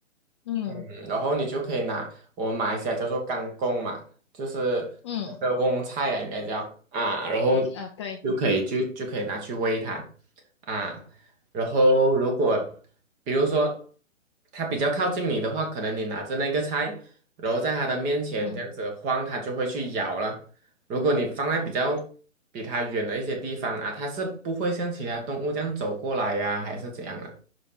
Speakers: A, on the left (about 25°); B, on the right (about 20°).
A: 嗯
B: 嗯，然后你就可以拿我们马来西亚叫做干贡嘛，就是那个翁菜啊，
A: 嗯
B: 应该叫啊，然后
A: 啊对。
B: 就可以就就可以拿去喂它啊，然后如果比如说它比较靠近你的话，可能你拿着那个菜，然后在它的面前这样子晃，
A: 嗯。
B: 它就会去咬了。如果你放在比较比它远的一些地方啊，它是不会像其他动物这样走过来呀、还是怎样的